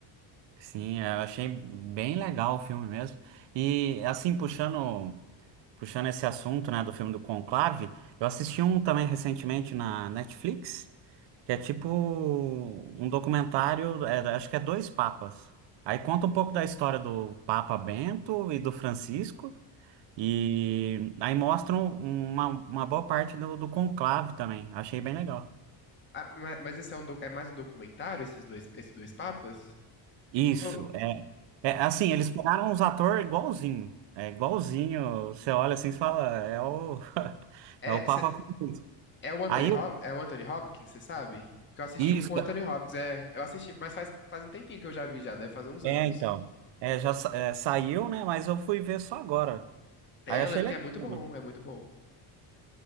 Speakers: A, on the right; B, on the left.
A: Sim, eu achei bem legal o filme mesmo. E assim, puxando, puxando esse assunto, né, do filme do Conclave, eu assisti um também recentemente na Netflix, que é tipo um documentário, é, acho que é dois papas. Aí conta um pouco da história do Papa Bento e do Francisco, e aí mostram uma, uma boa parte do, do conclave também. Achei bem legal.
B: Ah, ma- mas esse é, um, do- é mais um documentário, esses dois, esses dois papas?
A: Isso,
B: Porque eu.
A: É, assim, eles pegaram os atores igualzinho. É igualzinho. Você olha assim e fala, é o, <laughs>
B: É,
A: é o Papa Francisco.
B: É o Anthony,
A: Aí,
B: Hop-
A: eu-
B: é o Anthony Hopkins, você sabe? Porque eu assisti
A: isso,
B: um com o Anthony Hopkins, é, eu assisti, mas faz, faz um tempinho que eu já vi já, deve fazer uns
A: é,
B: anos.
A: então. É, já sa- é, saiu, né? Mas eu fui ver só agora.
B: É,
A: Aí achei
B: eu lembro
A: legal
B: que é muito
A: também.
B: bom, é muito bom.